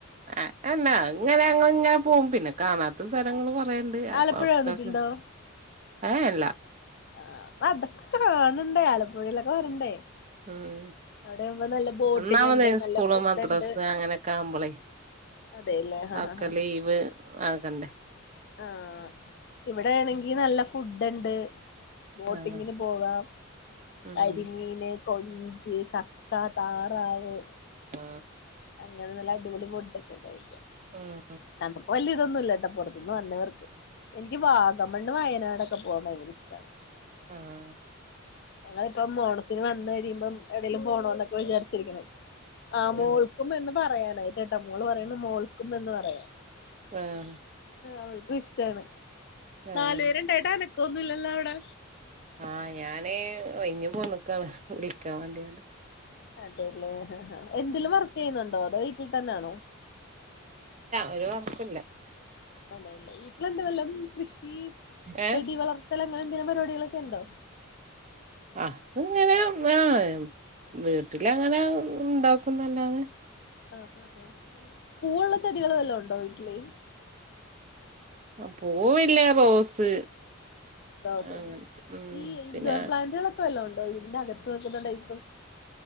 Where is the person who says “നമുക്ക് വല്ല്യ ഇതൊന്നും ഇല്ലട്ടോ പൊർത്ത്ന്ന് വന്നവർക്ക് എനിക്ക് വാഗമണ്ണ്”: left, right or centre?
Left